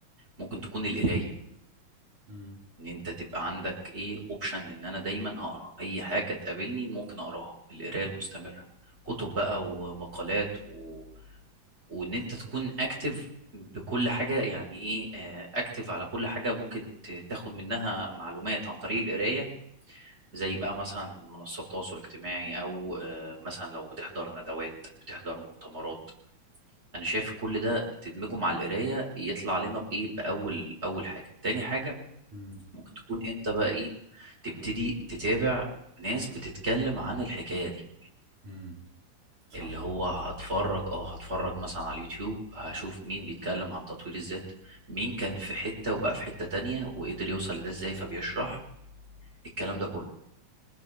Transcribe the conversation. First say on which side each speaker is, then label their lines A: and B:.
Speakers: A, on the right (about 15°); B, on the right (about 60°).
A: ممكن تكون القراية
B: امم
A: ان انت تبقى عندك ايه اوبشن ان انا دايما هقرا اي حاجه تقابلني ممكن اقراها القرايه المستمره كتب بقى ومقالات و... وان انت تكون اكتف بكل حاجه يعني ايه اكتف على كل حاجه ممكن ت- تاخد منها معلومات عن طريق القرايه زي بقى مثلا منصات التواصل الاجتماعي او آه، مثلا لو بتحضر ندوات بتحضر مؤتمرات انا شايف كل ده تدمجه مع القرايه يطلع لنا بايه باول اول حاجه تاني حاجه
B: امم
A: ممكن تكون انت بقى ايه تبتدي تتابع ناس بتتكلم عن الحكاية دي
B: امم صح
A: اللي هو هتفرج اه هتفرج مثلا على اليوتيوب هشوف مين بيتكلم عن تطوير الذات مين كان في حتة وبقى في حتة تانية وقدر يوصل لده ازاي فبيشرح الكلام ده كله